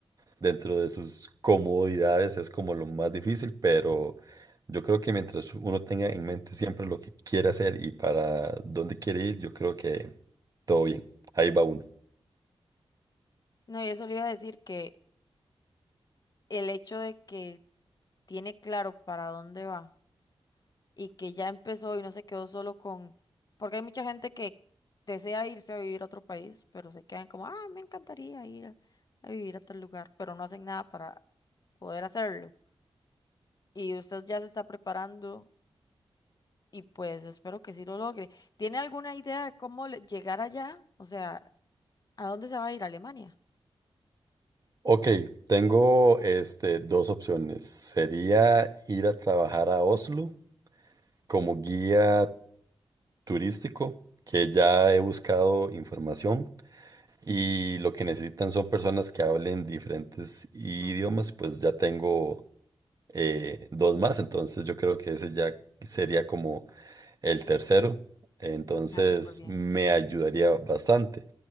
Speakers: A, on the right (about 40°); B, on the left (about 40°).
A: dentro de sus comodidades, es como lo más difícil, pero yo creo que mientras uno tenga en mente siempre lo que quiere hacer y para dónde quiere ir, yo creo que todo bien. Ahí va uno.
B: No, y eso le iba a decir que el hecho de que tiene claro para dónde va y que ya empezó y no se quedó solo con, porque hay mucha gente que desea irse a vivir a otro país, pero se quedan como, ah, me encantaría ir a, a vivir a tal lugar, pero no hacen nada para poder hacerlo. Y usted ya se está preparando y pues espero que sí lo logre. ¿Tiene alguna idea de cómo le- llegar allá? O sea, ¿a dónde se va a ir? ¿A Alemania?
A: Ok, tengo este, dos opciones. Sería ir a trabajar a Oslo como guía turístico, que ya he buscado información y lo que necesitan son personas que hablen diferentes idiomas,
B: Ajá.
A: pues ya tengo eh, dos más, entonces yo creo que ese ya sería como el tercero, entonces
B: Ah, súper bien.
A: me ayudaría bastante.